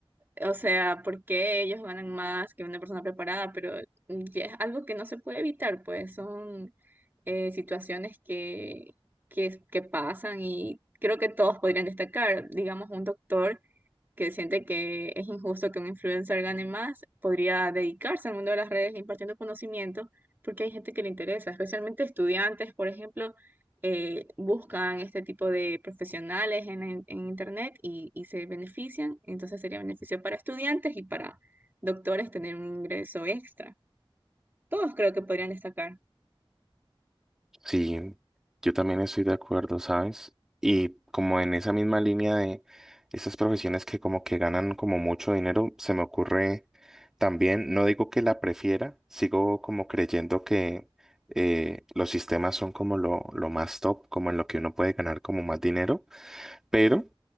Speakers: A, on the right; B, in the centre.
A: o sea, ¿por qué ellos ganan más que una persona preparada? Pero ya es algo que no se puede evitar, pues son eh, situaciones que, que, que pasan y creo que todos podrían destacar. Digamos, un doctor que siente que es injusto que un influencer gane más, podría dedicarse al mundo de las redes impartiendo conocimiento, porque hay gente que le interesa, especialmente estudiantes, por ejemplo, eh, buscan este tipo de profesionales en, en- en Internet y, y se benefician, entonces sería beneficio para estudiantes y para doctores tener un ingreso extra. Todos creo que podrían destacar.
B: Sí, yo también estoy de acuerdo, ¿sabes? Y como en esa misma línea de esas profesiones que como que ganan como mucho dinero, se me ocurre también, no digo que la prefiera, sigo como creyendo que eh, los sistemas son como lo, lo más top, como en lo que uno puede ganar como más dinero. Pero